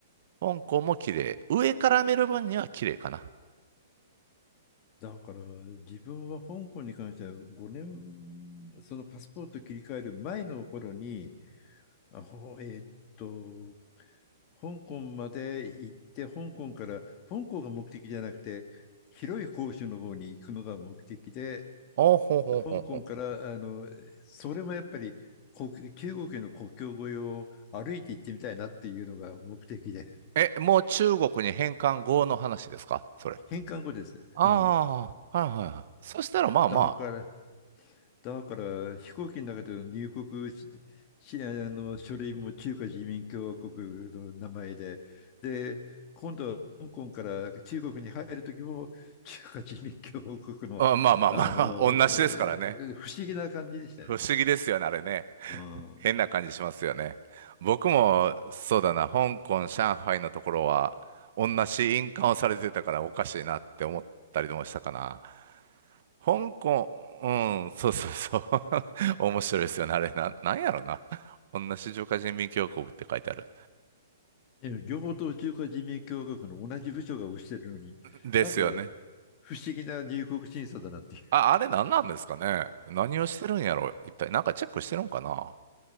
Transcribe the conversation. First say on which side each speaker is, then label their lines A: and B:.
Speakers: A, on the right; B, on the left.
A: 香港も綺麗。上から見る分には綺麗かな。
B: だから自分は香港に関しては5年、そのパスポート切り替える前の頃に、あ、ほ、えーっと、香港まで行って、香港から、香港が目的じゃなくて、広い広州の方に行くのが目的で、
A: おほうほうほうほう。
B: 香港から、あの、それもやっぱり、国中国の国境越えを歩いて行ってみたいなっていうのが目的で、
A: え、もう中国に返還後の話ですかそれ。
B: 返還後です。
A: ああ、
B: うん。
A: はいはいはい。そしたらまあま
B: だから、だから飛行機の中での入国ししあの書類も中華人民共和国の名前で、で、今度は香港から中国に入る時も中華人民共和国の、
A: あ、まあまあまあ、
B: あの、
A: <laughs> 同じですからね。
B: えー不思議な感じでしたよね。
A: 不思議ですよね、あれね。
B: うん。
A: 変な感じしますよね。僕も、そうだな、香港、上海のところは、同じ印鑑をされてたからおかしいなって思ったりもしたかな。香港、うん、そうそうそう。<laughs> 面白いですよね、あれな、なんやろな。同じ中華人民共和国って書いてある。
B: ええ両方とも中華人民共和国の同じ部署が推してるのに、
A: ですよね。
B: なんか不思議な入国審査だなっていう。
A: あ、あれ何なんですかね。何をしてるんやろ、一体。なんかチェックしてるんかな。